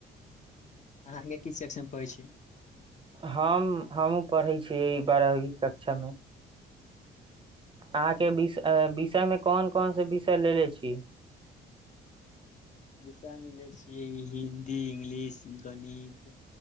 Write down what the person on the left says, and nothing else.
अहाँ ने कीछु सेक्शन मे पढ़ै छीय
विषय मे लैल छियै हिन्दी इंग्लिश गणित